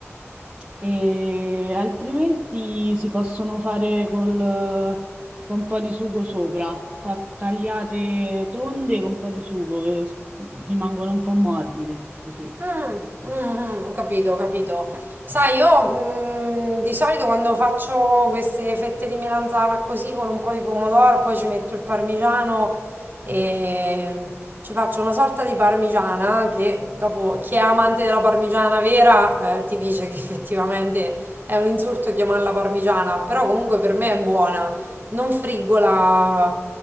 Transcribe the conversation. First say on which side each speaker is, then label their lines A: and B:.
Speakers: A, on the right (about 25°); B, on the right (about 40°).
A: e altrimenti si possono fare col- con un po' di sugo sopra, fa- tagliate tonde con un po' di sugo e s- rimangono un po' morbide, così.
B: Mm, mm, mm, ho capito, ho capito. Sai, io mm, di solito quando faccio queste fette di melanzana così con un po' di pomodoro, poi ci metto il parmigiano e ci faccio una sorta di parmigiana che dopo chi è amante della parmigiana vera eh, ti dice che effettivamente è un insulto chiamarla parmigiana, però comunque per me è buona. Non friggola